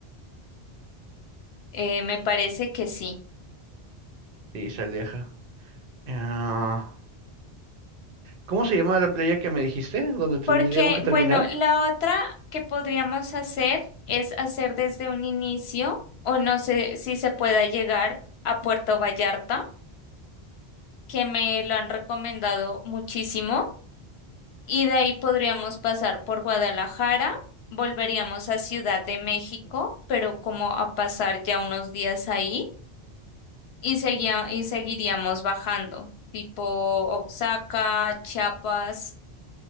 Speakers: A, on the left; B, on the right.
A: Eh, me parece que sí.
B: Sí, se aleja. Ah, ¿cómo se llamaba la playa que me dijiste? donde tendríamos
A: Porque,
B: que terminar?
A: bueno, la otra que podríamos hacer es hacer desde un inicio, o no sé si se pueda llegar a Puerto Vallarta, que me lo han recomendado muchísimo, y de ahí podríamos pasar por Guadalajara, volveríamos a Ciudad de México, pero como a pasar ya unos días ahí. y seguía, y seguiríamos bajando, tipo Oaxaca, Chiapas,